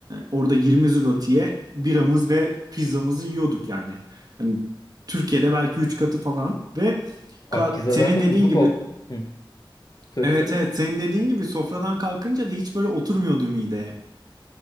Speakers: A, on the right (about 45°); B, on the left (about 45°).
A: orada 20 zlotiye biramız ve pizzamızı yiyorduk yani. Hani Türkiye'de belki 3 katı falan ve
B: Abi
A: ka-
B: pizza
A: senin
B: zaten
A: dediğin
B: uzuk
A: gibi
B: ol. Hı. Söyle
A: Evet
B: söyle.
A: evet senin dediğin gibi sofradan kalkınca da hiç böyle oturmuyordu mideye.